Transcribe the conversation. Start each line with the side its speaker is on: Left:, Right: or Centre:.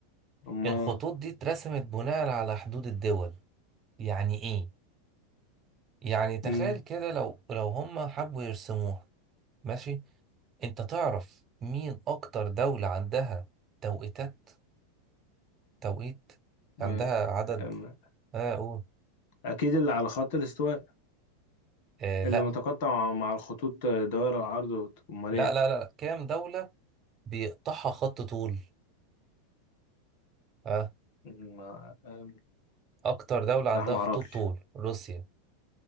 Left: اما
Right: الخطوط دي اترسمت بناء على حدود الدول يعني ايه يعني تخيل
Left: امم
Right: كده لو لو هم حبوا يرسموها ماشي انت تعرف مين اكتر دولة عندها توقيتات توقيت
Left: ما-
Right: عندها عدد
Left: أما-
Right: اه قول
Left: اكيد اللي على خط الاستواء
Right: آه لا
Left: اللي متقطع مع الخطوط دوائر العرض امال
Right: لا
Left: ايه
Right: لا لا لا. كام دولة بيقطعها خط طول اه
Left: أمم، ما أم،
Right: اكتر دولة عندها
Left: لا ما
Right: خطوط
Left: اعرفش
Right: طول روسيا